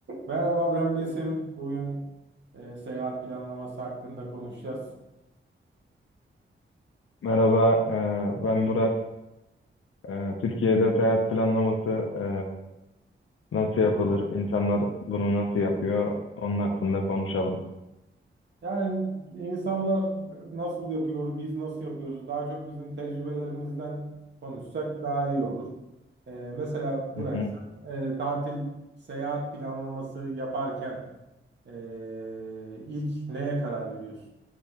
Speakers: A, on the right; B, on the left.
A: Merhaba ben Besim. Bugün e, seyahat planlaması hakkında konuşacağız.
B: Merhaba, e, ben Burak. E, Türkiye'de seyahat planlaması e, nasıl yapılır? İnsanlar bunu nasıl yapıyor? Onun hakkında konuşalım.
A: Yani insanlar nasıl yapıyor, biz nasıl yapıyoruz? Daha çok bizim tecrübelerimizden konuşsak daha iyi olur. Ee, mesela Burak,
B: Hı hı.
A: sen, e, tatil, seyahat planlaması yaparken e, ilk neye karar veriyorsun?